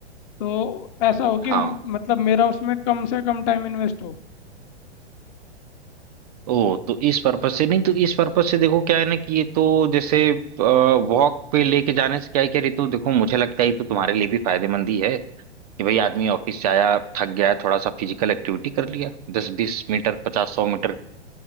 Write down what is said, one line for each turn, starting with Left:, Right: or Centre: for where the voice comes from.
Left: तो ऐसा हो कि
Right: हाँ
Left: म- मतलब मेरा उसमें कम से कम टाइम इन्वेस्ट हो
Right: ओ तो इस पर्पज से नहीं तो इस पर्पज से देखो क्या है ना कि ये तो जैसे वॉक पे लेके जाने से क्या है क्या रितु देखो मुझे लगता है ये तो तुम्हारे लिए भी फायदेमंद ही है कि भाई आदमी ऑफिस से आया थक गया है थोड़ा सा फिजिकल एक्टिविटी कर लिया दस बीस मीटर पचास सौ मीटर